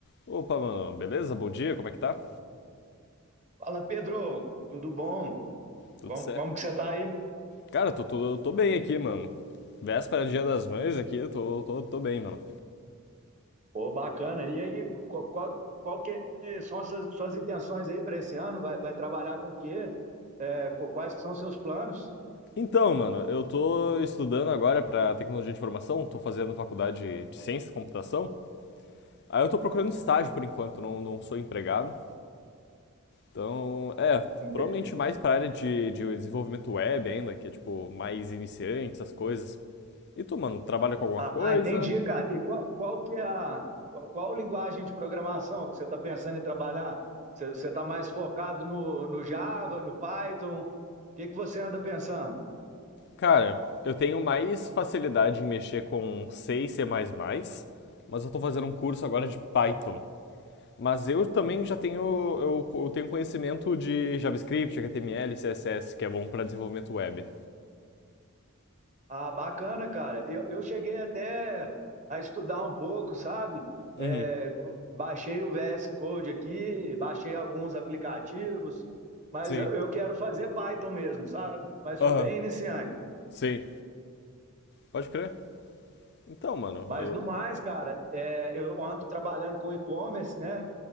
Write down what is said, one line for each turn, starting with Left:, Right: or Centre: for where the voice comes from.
Left: Opa, mano, beleza? Bom dia, como é que tá?
Right: Fala, Pedro, tudo bom?
Left: Tudo
Right: Como,
Left: certo?
Right: como que você tá aí?
Left: Cara, eu tô, tô, eu tô bem aqui, mano. Véspera de Dia das Mães aqui, eu tô, tô, tô bem, mano.
Right: Pô, bacana. E aí, qual, qual, qual que são as suas, suas intenções aí para esse ano? Vai, vai trabalhar com o quê? É, co- quais que são os seus planos?
Left: Então, mano, eu tô estudando agora pra tecnologia de informação, tô fazendo faculdade de ciência e computação. Aí eu tô procurando estágio por enquanto, não, não sou empregado. Então, é,
Right: Ente-
Left: provavelmente mais pra área de, de desenvolvimento web ainda, que é tipo mais iniciante, essas coisas. E tu, mano, trabalha com alguma
Right: Ah,
Left: coisa?
Right: entendi, cara. E qual, qual que é a, qual, qual linguagem de programação que você está pensando em trabalhar? Você está mais focado no, no Java, no Python? O que que você anda pensando?
Left: Cara, eu tenho mais facilidade em mexer com C e C++, mas eu tô fazendo um curso agora de Python. Mas eu também já tenho, eu, eu tenho conhecimento de JavaScript, HTML, CSS, que é bom pra desenvolvimento web.
Right: Ah, bacana, cara. Eu, eu cheguei até a estudar um pouco, sabe?
Left: Uhum,
Right: É, baixei o VS Code aqui, baixei alguns aplicativos, mas
Left: sim.
Right: eu, eu quero fazer Python mesmo, sabe? Mas
Left: Aham,
Right: sou bem iniciante.
Left: sim. Pode crer. Então, mano,
Right: Mas
Left: eu...
Right: no mais, cara, é, eu ando trabalhando com e-commerce, né?